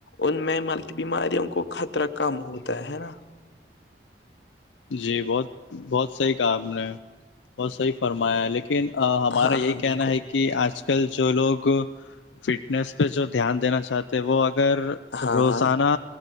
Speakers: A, on the left; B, on the left.
A: ان میں مل کی بیماریوں کو خطرہ کم ہوتا ہے ہے نا
B: جی بہت بہت صحیح کہا ہم نے بہت صحیح فرمایا ہے لیکن ہمارا
A: ہاں
B: یہی
A: ہاں بالکل
B: کہنا ہے کہ کہ آج کل جو لوگ فٹنس پہ جو دھیان دینا چاہتے تو وہ اگر
A: ہاں
B: روزانہ
A: ہاں